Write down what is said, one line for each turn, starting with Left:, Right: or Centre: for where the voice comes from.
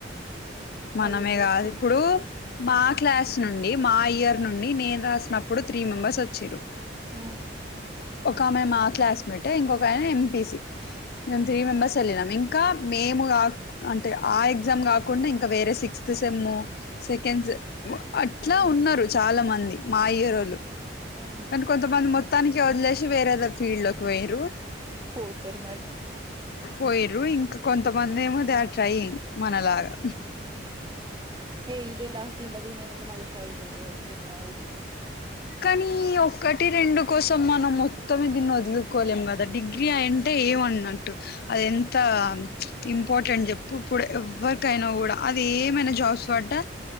Left: మనమే
Right: మా యూనివర్సిటీ
Left: కాదు ఇప్పుడు
Right: అయితే
Left: మా క్లాస్ నుండి మా ఇయర్ నుండి నేను రాసినప్పుడు త్రీ మెంబర్స్ వచ్చిరు
Right: ఆ
Left: ఒక ఆమె మా క్లాస్మేట్ ఇంకొక ఆయన ఎంపిసి మేము త్రీ మెంబర్స్ వెళ్ళినాం ఇంకా మేము కా అంటే ఆ ఎగ్జామ్ కాకుండా ఇం వేరే సిక్స్త్ సెమ్ము సెకండ్స్ అట్లా
Right: ఉమ్
Left: ఉన్నారు చాలా మంది మా ఇయరోలు
Right: ఉమ్
Left: కొంతమంది మొత్తానికి వదిలేసి వేరేదో ఫీల్డ్ లోకి వేయిరు
Right: పోతారు మరీ
Left: పోయిరు ఇంకా కొంతమంది ఏమో దే ఆర్ ట్రైంగ్ మనలగా
Right: ఏ ఇదే లాస్ట్ దీని తర్వాత మల్ల ట్రై చెయ్ అయిపోయింది నా ఓపిక
Left: కానీ ఒక్కటి రెండు కోసం మనం మొత్తమే దీన్ని వదులుకోలేం కదా డిగీ గ్రీయ అంటే ఏమన్నట్టు అది ఎంత ఇంపార్టెంట్ చెప్పు ఇప్పుడు ఎవరికైనా కూడా అది ఏమైనా జాబ్స్ వాటా